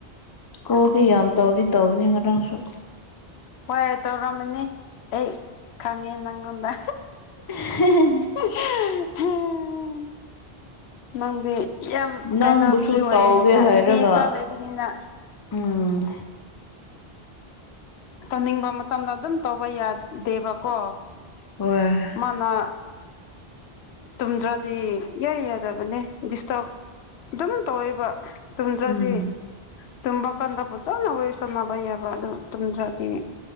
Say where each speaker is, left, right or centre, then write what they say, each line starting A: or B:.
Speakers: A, on the left; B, on the left.
A: ꯀꯣꯜꯗꯤ ꯌꯥꯝ ꯇꯧꯗꯤ ꯇꯧꯕꯅꯤ ꯉꯔꯥꯡꯁꯨ
B: ꯍꯣꯏ ꯇꯧꯔꯝꯃꯅꯤ ꯑꯩ ꯈꯪꯉꯦ ꯅꯪꯉꯣꯟꯗ
A: <unintelligible>
B: <unintelligible> ꯅꯪꯗꯤ ꯌꯥꯝ
A: ꯅꯪꯕꯨꯁꯨ
B: ꯀꯩꯅꯣ ꯐ꯭ꯔꯤ ꯑꯣꯏꯕꯅꯤꯅ
A: ꯇꯧꯒꯦ
B: ꯑꯩꯗꯤ
A: ꯍꯥꯏꯔꯒ
B: ꯏꯆꯥ ꯂꯩꯕꯅꯤꯅ
A: ꯎꯝ
B: ꯇꯧꯅꯤꯡꯕ ꯃꯇꯝꯗ ꯑꯗꯨꯝ ꯇꯧꯕ ꯌꯥꯗꯦꯕꯀꯣ
A: ꯍꫭꯏ
B: <unintelligible> ꯇꯨꯝꯗ꯭ꯔꯗꯤ ꯏꯌꯥ ꯌꯥꯗꯕꯅꯦ ꯗꯤꯁꯇꯞ ꯑꯗꯨꯝ ꯇꯧꯋꯦꯕ ꯇꯨꯝꯗ꯭ꯔꯗꯤ
A: ꯎꯝ
B: ꯇꯨꯝꯕ ꯀꯥꯟꯗ ꯐꯖꯅ ꯋꯥꯔꯤ ꯁꯥꯅꯕ ꯌꯥꯕ ꯑꯗꯨ ꯇꯨꯝꯗ꯭ꯔꯗꯤ